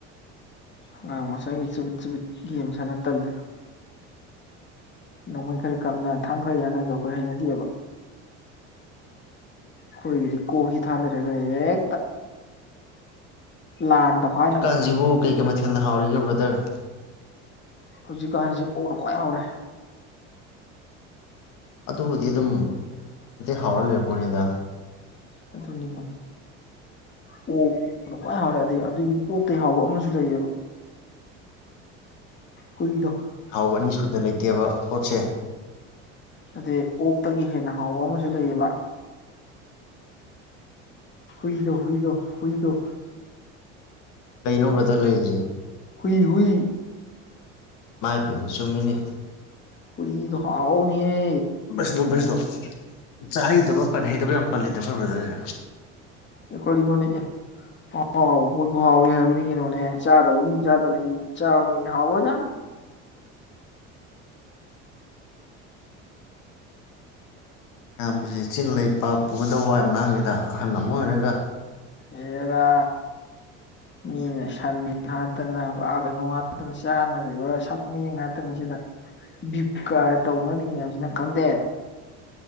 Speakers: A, on the left; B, on the left.
A: ꯑꯉꯥꯡ ꯃꯆꯥꯒꯤ ꯆꯕꯤꯠ ꯆꯕꯤꯠ ꯒꯦꯝ ꯁꯥꯟꯅꯥ ꯇꯜꯂꯦ ꯅꯣꯡꯃꯩ ꯈꯔ ꯀꯥꯞꯅ ꯊꯥꯡ ꯈ꯭ꯔ ꯌꯥꯅꯕꯗꯣ ꯑꯩꯈꯣꯏ ꯍꯩꯅꯗꯦꯕ ꯑꯩꯈꯣꯏꯒꯤꯗꯤ ꯀꯣꯛꯁꯤ ꯊꯥꯗꯔꯒ ꯍꯦꯛꯇ ꯂꯥꯟ ꯇꯧꯈꯥꯏꯅꯕ
B: ꯨꯀꯥꯟꯁꯤꯕꯨ ꯀꯩꯀꯩ ꯃꯊꯦꯜꯅ ꯍꯥꯎꯔꯤꯒꯦ ꯕꯔ꯭ꯗꯔ
A: ꯍꯧꯖꯤꯛꯀꯥꯟꯁꯤ ꯑꯣꯛꯅ ꯈ꯭ꯋꯥꯏ ꯍꯥꯎꯔꯦ
B: ꯑꯗꯨꯕꯨꯗꯤ ꯑꯗꯨꯝ ꯍꯥꯎꯔ ꯂꯩꯔꯄꯣꯠꯅꯤꯗ
A: ꯑꯗꯨꯅꯤꯅꯦ ꯑꯣꯛꯅ ꯈ꯭ꯋꯥꯏ ꯍꯥꯎꯔꯦ ꯑꯗꯩ ꯑꯗꯨꯒꯤ ꯑꯣꯛꯇꯒꯤ ꯍꯥꯎꯕ ꯑꯃꯁꯨ ꯂꯩꯌꯦꯕ ꯍꯨꯏꯗꯣ
B: ꯑꯧ ꯑꯅꯤ ꯁꯨꯅ ꯂꯩꯇꯦꯕ ꯄꯣꯠꯁꯦ
A: ꯅꯠꯇꯦ ꯑꯣꯛꯇꯒꯤ ꯍꯦꯟꯅ ꯍꯥꯎꯕ ꯑꯃꯁꯨ ꯂꯩꯌꯦꯕ ꯍꯨꯏꯗꯣ ꯍꯨꯏꯗꯣ ꯍꯨꯏꯗꯣ
B: ꯀꯩꯅꯣ ꯕꯔ꯭ꯗꯔ ꯂꯩꯔꯤꯁꯦ
A: ꯍꯨꯏ ꯍꯨꯏ
B: ꯃꯥꯏ ꯄꯦꯝꯃ ꯆꯨꯝꯃꯤꯅꯤ
A: ꯍꯨꯢꯗꯣ ꯍꯥꯎꯕꯅꯤꯍꯦ
B: ꯕꯩꯁꯅꯣ ꯕꯩꯁꯅꯣ ꯆꯥꯍꯩꯗꯕ ꯄꯟꯍꯩꯗꯕ ꯌꯥꯝ ꯄꯜꯂꯤꯗ ꯈꯣꯏ ꯕꯔ꯭ꯗꯔ ꯁꯦ
A: ꯑꯩ ꯀꯩꯅꯣꯅꯦ ꯑꯦ ꯍꯥꯎꯕ ꯄꯣꯠꯄꯨ ꯍꯥꯎꯋꯤ ꯍꯥꯏꯕꯅꯤ ꯀꯩꯅꯣꯅꯦ ꯆꯥꯗꯕ ꯃꯤ ꯆꯥꯗꯕꯩꯅꯤ ꯆꯥꯕ ꯃꯤꯗꯤ ꯍꯥꯎꯕꯖꯥꯠꯅꯤ
B: ꯑꯌꯥꯝꯕꯁꯤ ꯆꯤꯟ ꯂꯩ ꯄꯥꯞ ꯄꯨꯒꯗꯕ ꯋꯥ ꯌꯥꯝ ꯅꯥꯡꯉꯤꯗ ꯑꯍꯜ ꯑꯃ ꯑꯣꯏꯔꯒ
A: ꯑꯦꯔꯥ ꯃꯤꯅ ꯁꯟ ꯍꯥꯠꯇꯅꯥ ꯀꯩꯅꯣ ꯍꯥꯠꯇꯅ ꯆꯥꯅꯔꯤꯕ ꯁꯟꯃꯦ ꯍꯥꯠꯇꯅꯤ ꯁꯤꯗ ꯕꯤꯞꯀꯥꯏ ꯇꯧꯅꯔꯤ ꯃꯌꯥꯝꯁꯤ ꯅꯪ ꯈꯪꯗꯦ